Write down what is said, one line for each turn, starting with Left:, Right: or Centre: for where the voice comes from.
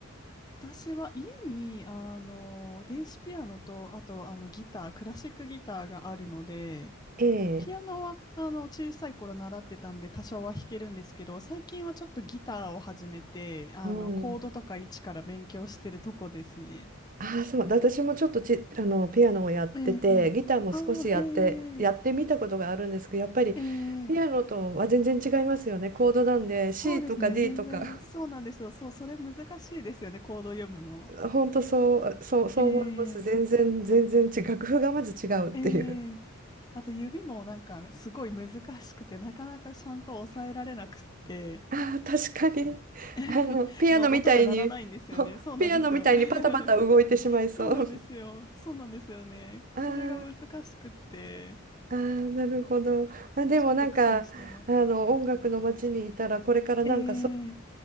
Left: <laughs> 私は家にあの電子ピアノとあとあのギター、クラシックギターがあるので、
Right: ええ。
Left: ピアノはあの小さい頃習ってたんで多少は弾けるんですけど、最近はちょっとギターを始めて、あのコードとか一から勉強してるとこですね。
Right: おーああ、そう。私もちょっとち、あの、ピアノをやってて、
Left: ええええああ、
Right: ギターも少しやって、
Left: え
Right: やってみたことがあるんですけど、
Left: え
Right: やっぱり
Left: ええ
Right: ピアノとは全然違いますよね。コードなんで
Left: そうですね、
Right: C とか D
Left: 全然そうなんですよ。
Right: とか。
Left: そう、それ難しいですよね、コード読むの。
Right: <laughs> 本当そう、そう、そう思います。
Left: ええ
Right: 全然、全然違う。<laughs> 楽譜がまず違うっていう。
Left: ええあと指もなんかすごい難しくて、なかなかちゃんと抑えられなくって、
Right: あー確かに。<laughs>
Left: <laughs>
Right: あの、ピアノみたいに、
Left: な音が鳴らないんですよね。
Right: <laughs> ほピアノみたいにパタパタ動いてしまいそう。
Left: そうなんですよ。<laughs> そうなんですよ。
Right: <laughs>
Left: そうなんですよね。
Right: あー
Left: それが難しくって、
Right: あー、なるほど。まあ、でもなんか、
Left: ちょっと苦戦してます。
Right: あの、音楽の街にいたら、これからなんかそう
Left: えー、